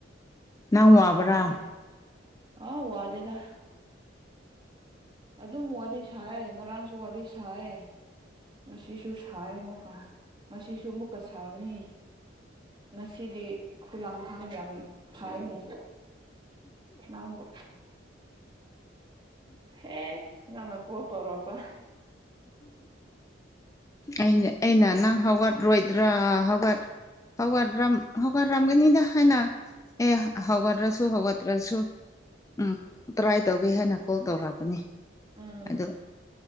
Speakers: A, on the left; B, on the right.
A: ꯅꯪ
B: ꯃꯇꯝꯁꯦ
A: ꯋꯥꯕ꯭ꯔꯥ
B: ꯑꯥ ꯋꯥꯗꯦꯗ ꯑꯗꯨꯝ ꯋꯥꯔꯤ ꯁꯥꯏꯑꯦ ꯉꯔꯥꯡꯁꯨ ꯋꯥꯔꯤ ꯁꯥꯏꯑꯦ ꯉꯁꯤꯁꯨ ꯁꯥꯏ ꯑꯃꯨꯛꯀ ꯉꯁꯤꯁꯨ ꯑꯃꯨꯛꯀ ꯁꯥꯒꯅꯤ ꯉꯁꯤꯗꯤ ꯈꯨꯂꯥꯡꯈꯥꯡ ꯌꯥꯝ ꯐꯥꯏꯅꯦ ꯅꯪꯕꯨ ꯍꯦꯛ ꯅꯪꯅ ꯀꯣꯜ ꯇꯧꯔꯛꯄꯥ
A: ꯑꯩꯅ ꯑꯩꯅ ꯅꯪ ꯍꯧꯒꯠꯔꯣꯏꯗ꯭ꯔꯥ ꯍꯧꯒꯠ ꯍꯧꯒꯠꯔꯝ ꯍꯧꯒꯠꯔꯝꯒꯅꯤꯗ ꯍꯥꯏꯅ ꯑꯦ ꯍꯧꯒꯠꯔꯁꯨ ꯍꯧꯒꯠꯇ꯭ꯔꯁꯨ ꯎꯝ ꯇꯔꯥꯏ ꯇꯧꯒꯦ ꯍꯥꯏꯅ ꯀꯣꯜ ꯇꯧꯔꯛꯄꯅꯤ
B: ꯎꯝ
A: ꯑꯗꯣ